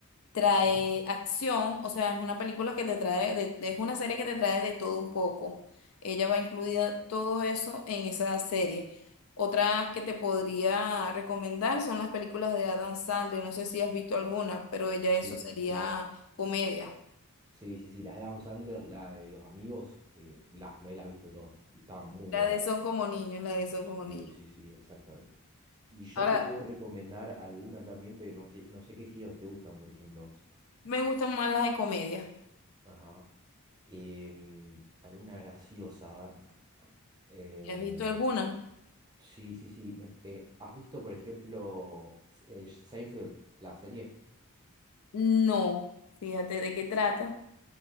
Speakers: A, on the left; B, on the right.
A: trae
B: ujú.
A: acción. O sea, es una película que te trae, de- es una serie que te trae de todo un poco. Ella va incluida todo eso en esa serie. Otra que te podría recomendar son las películas de Adam Sandler. No sé si has visto alguna, pero ella
B: Sí,
A: eso sería
B: sí, sí.
A: comedia.
B: Sí, sí, sí. Las de Adam Sandler, la de los amigos, eh, las, me las he visto todas. Y estaban muy
A: La
B: buenas.
A: de Son como niños, la de Son
B: Sí,
A: como niños.
B: sí, sí, exactamente. Y yo
A: Ahora,
B: te puedo recomendar alguna también, pero no sé, no sé qué géneros te gustan, por ejemplo.
A: me gustan más las de comedia.
B: Ajá. Em, alguna graciosa, a ver. Em,
A: ¿Has visto alguna?
B: sí, sí, sí. Me- eh, ¿has visto, por ejemplo, S- eh, Seinfeld, la serie?
A: No. Fíjate de qué trata.